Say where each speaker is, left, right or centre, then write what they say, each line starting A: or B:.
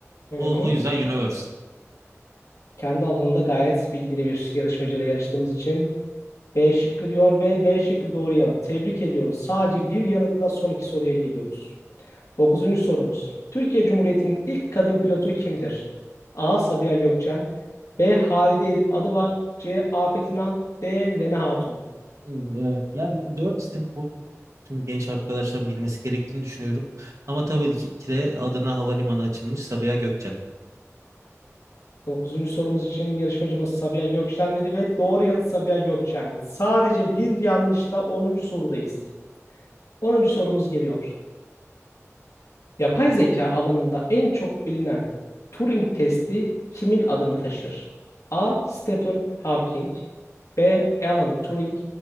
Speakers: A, on the left; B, on the right.
A: Hı
B: O,
A: hı.
B: o yüzden Universal.
A: Kendi alanında gayet bilgili bir yarışmacıyla yarıştığımız için B şıkkı diyor ve B şıkkı doğru yanıt. Tebrik ediyoruz. Sadece bir yanıtla son iki soruya geliyoruz. Dokuzuncu sorumuz. Türkiye Cumhuriyeti'nin ilk kadın pilotu kimdir? A. Sabiha Gökçen B. Halide Edip Adıvar C. Afet İnan D. Nene Hatun.
B: Hmm, Evet. Yani 4 isim bu arada tüm genç arkadaşların bilmesi gerektiğini düşünüyorum. Ama tabii ki de adına havalimanı açılmış Sabiha Gökçen.
A: Dokuzuncu sorumuz için yarışmacımız Sabiha Gökçen dedi ve doğru yanıt Sabiha Gökçen. Sadece bir yanlışla onuncu sorudayız. Onuncu sorumuz geliyor. Yapay zeka alanında en çok bilinen Turing testi kimin adını taşır? A. Stephen Hawking B. Alan Turing